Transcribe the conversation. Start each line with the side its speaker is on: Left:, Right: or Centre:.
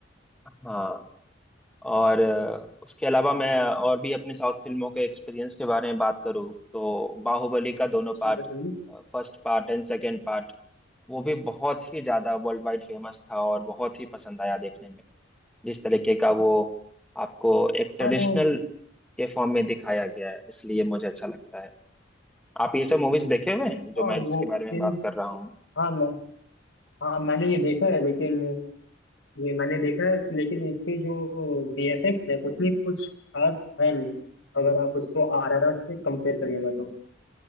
Centre: हाँ और अ, उसके अलावा मैं और भी अपनी साउथ फिल्मों के एक्सपीरियंस के बारे में बात करूँ तो बाहुबली का दोनों
Left: जी
Centre: part
Left: बताइए
Centre: first part and second part वो भी बहुत ही ज्यादा वर्ल्ड वाइड फेमस था और बहुत ही पसंद आया देखने में जिस तरीके का वो आपको एक ट्रेडिशनल
Left: हाँ वो
Centre: के फॉर्म में दिखाया गया है इसलिए मुझे अच्छा लगता है आप ये सब मूवीज देखे हुए हैं जो
Left: हाँ
Centre: मैं
Left: वो
Centre: जिसके बारे में
Left: फिल्म
Centre: बात कर रहा हूँ
Left: हाँ मैं हाँ मैंने ये देखा है लेकिन ये मैंने देखा है लेकिन इसके जो वीएफएक्स है उतनी कुछ खास है नहीं अगर आप उसको आरआरआर से कंपेयर करिएगा तो